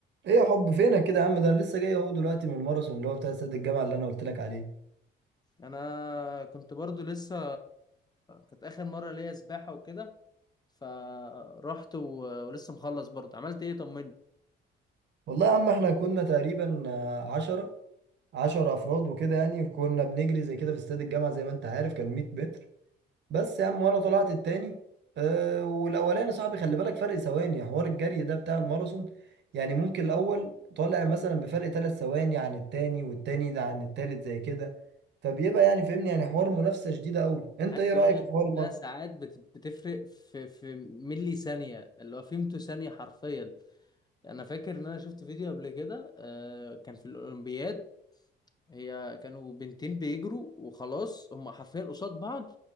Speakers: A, on the right; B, on the left.
A: ايه يا حب فينك كده يا عم ده انا لسه جاي اهو دلوقتي من الماراثون اللي هو بتاع استاد الجامعه اللي انا قلت لك عليه
B: انا كنت برضو لسه كانت اخر مره ليا سباحه وكده فرحت و... ولسه مخلص برضو عملت ايه طمني
A: والله يا عم احنا كنا تقريبا آه، عشرة عشرة افراد وكده يعني كنا بنجري زي كده في استاد الجامعه زي ما انت عارف كان 100 متر بس يا عم وانا طلعت التاني أه والاولاني صاحبي خلي بالك فرق ثواني حوار الجري ده بتاع الماراثون يعني ممكن الاول طالع مثلا بفرق ثلاث ثواني عن التاني والتاني ده عن التالت زي كده فبيبقى يعني فهمني يعني حوار منافسه شديده قوي انت
B: عايز
A: ايه رايك
B: اقول لك
A: في حوار
B: انها ساعات بت... بتفرق في في ملي ثانيه اللي هو فيمتو ثانيه حرفيا انا فاكر ان انا شفت فيديو قبل كده آه، كان في الاولمبياد هي كانوا بنتين بيجروا وخلاص هم حرفيا قصاد بعض